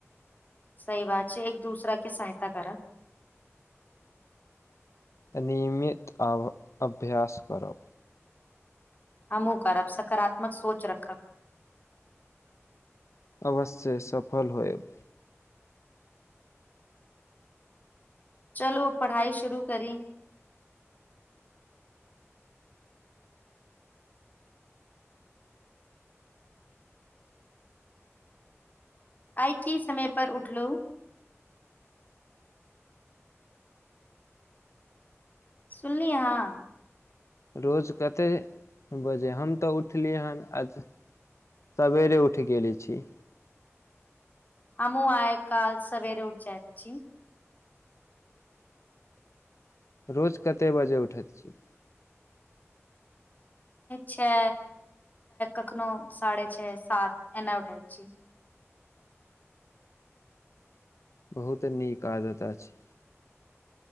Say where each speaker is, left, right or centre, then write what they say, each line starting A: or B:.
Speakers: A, on the left (about 35°); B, on the left (about 75°).
A: सही बात छै, एक-दूसरा के सहायता करऽ।
B: नियमित अभ्यास करब।
A: हमूँ करब, सकारात्मक सोच रखब।
B: अवश्ये सफल होएब।
A: चलू ओ पढ़ाई शुरू करी। आइ की समय पर उठलहुँ। सुनलि अहाँ।
B: रोज कतेए बजे, हम तऽ उठलिय हन आज। सबेरे उठि गेले छी।
A: हँमु आइ-काल सवेर उठि जायत छी।
B: रोज कत्ते बजे उठैत छी।
A: छै, कखनो साढ़े छै, सात एने उठैत छी।
B: बहुत नीक आदत अछि।